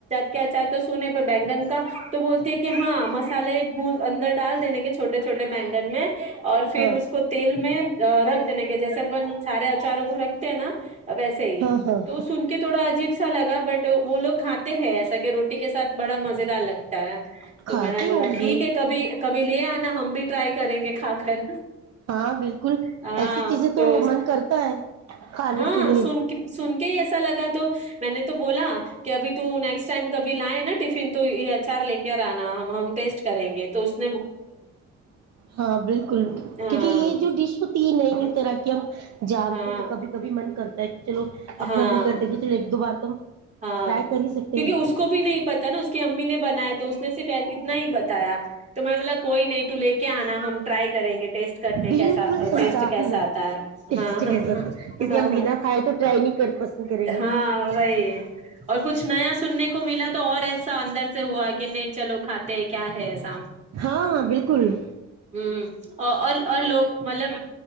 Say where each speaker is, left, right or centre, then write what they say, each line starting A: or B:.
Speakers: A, on the right; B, on the right.
A: کیا چاہتا سونے پر بینگن کا تو بولتے ہاں مسالے ب اندر ڈال دینے کے چھوٹے چھوٹے بینگن میں اور پھر
B: ہاں
A: اس کو تیل میں رکھ دینے کے جیسے سارے اچاروں کو تے نا اب وسے ہی
B: ہاں ہاں
A: تو سن کے تھوڑا عجیب سا لگا بٹ وہ لوگ کھاتے ہیں ایسا کہ روٹی کے ساتھ بڑا مز دار لگتا ہے
B: کھاتے
A: تو میں نے بولا
B: ہوں
A: ٹھیک
B: گے
A: ہے کبھی کبھی لے آنا ہم بھی ٹرائی کریں گے کھا کر
B: ہاں بالکل
A: ہاں
B: ایسی چیزیں
A: تو
B: من کرتا ہے کھانے
A: ہاں
B: کے لیے
A: سن سن کے ہی ایسا لگا تو میں نے تو بولا کہ ابھی تو نیکسٹ ٹائم کبھی لائے نا ٹیفن تو یہ اچار لے کے ج ن ہمم ٹیسٹ کریں گے تو اس میں
B: ہاں بالکل بکل
A: ہاں
B: کیونکہ یہ جو ڈش ہوتی ہے نئیئی طرح کی ہم جانتے
A: ہاں
B: تو کبھی کبھی من کرتا ہے کہ چلو اپنا
A: ہاں
B: دل کر د کہ چلو ایک دو بار تو
A: ہاں
B: ٹرائی کر ہی سکتے
A: کیونکہ
B: ہیں
A: اس کو بھی نہیں پتا نا اس کی امی نے بنایا تو اس نے صرف ای تنا ہی بتایا تو میں بولا کوئی نہیں تو لے کے آنا ہم ٹرائی کریں گے ٹیسٹ کرتے
B: بالکل
A: کیسا
B: صحیح
A: ٹیسٹ
B: کہا
A: کیسا
B: آ نے
A: آتا ہے
B: ٹیسٹ
A: ہاں ہاں
B: کیسا
A: ہاں
B: تھا کیونکہ
A: ہاں
B: ہم
A: ہاں
B: بنا کھائے تو ٹرائی نہیں کر پسند کریں گے
A: ہاں وہی اور کچھ نیا سننے کو ملا تو اور ایسا اندر سے ہوا کہ نہیں چلو کھاتے کیا ہے ایسا
B: ہاں بالکل
A: ہوں اور اور لوگ مطلب